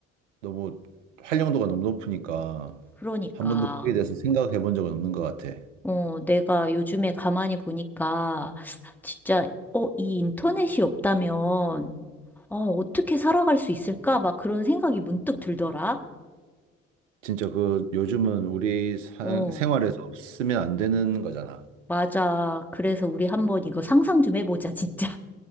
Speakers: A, on the right; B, in the centre.
A: 너무 활용도가 너무 높으니까
B: 그러니까,
A: 한 번도 거기에 대해서 생각해 본 적은 없는 것 같아.
B: 어, 내가 요즘에 가만히 보니까, 진짜, 어, 이 인터넷이 없다면, 어, 어떻게 살아갈 수 있을까? 막 그런 생각이 문득 들더라.
A: 진짜 그 요즘은 우리 사-
B: 어.
A: 생활에서 없으면 안 되는 거잖아.
B: 맞아. 그래서 우리 한번 이거 상상 좀 해보자, 진짜.